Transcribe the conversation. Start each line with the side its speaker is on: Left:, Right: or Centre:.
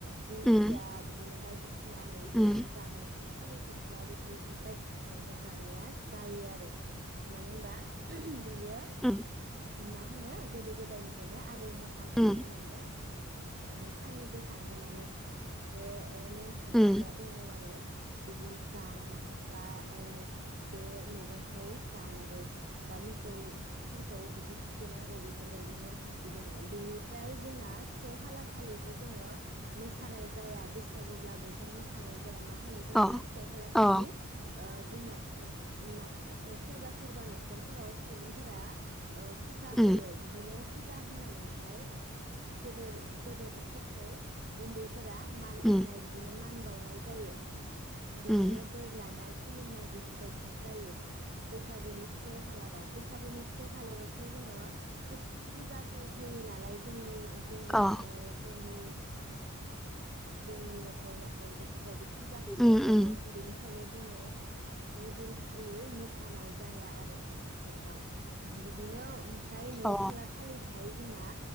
Right: दिंखिया
Centre: उम
Right: बिदिनो बायदि बिना मैगं
Centre: उम
Right: जानाय आलि खुस ला बिदि बायदिसिना मैगं जानाया जायो आरो मानो होमबा बियो
Centre: उम
Right: मा होनो गोदो गोदायनिफ्रायनो आ आबौमोन आबैमोनानो
Centre: उम
Right: ओम फालिबोखानाय माने बे ओ नेमखान्थिया
Centre: उम
Right: दङ आरो बिदि जानांगौ बा ओ बे मैगंखौ जानांगौ बा मोसौ फोरखौ बिदि थुखैनांगौ बेफोरबायदि नेमखान्थि दङ बेनिफ्राय जोंना से खालार खालिथ जोङो मोसानाय जाया बैसागुब्लाबो जों मोसानाय जाया मा होनो जोंना
Centre: अ
Right: खालारखालि
Centre: अ
Right: ओ ओ जोंना <unintelligible> माने ओ सोरबा सोरबा नखरफोराव सुबुंफोरा ओ फुजा
Centre: उम
Right: होयो बिदिनो फुजा होनानै फाय गोदोर गोदोर <unintelligible> उन्दै फोरा मान
Centre: उम
Right: होनाय बिदिनो मान बाव नाय जायो बिनिनो
Centre: उम
Right: बोर लानाय खुलुमनाय बेफोरबायदिया जायो बैसागुनि से खालाराव बैसागुनि से खालारावथ' जोङो फु-फुजाफोर होयो नालाय जोंनि जोंना
Centre: अ
Right: ओ जोंनि जोंनि न'खर न'खर बेफोरबायदि फुजा होनाय
Centre: उम
Right: जायो
Centre: उम
Right: बेनिखायनो जोङो ऐदिनखालि मोसानाय जाया आरो नोंथां बिदिनो <unintelligible> फ्राय नै
Centre: अ
Right: खालार खालिहाय जोंना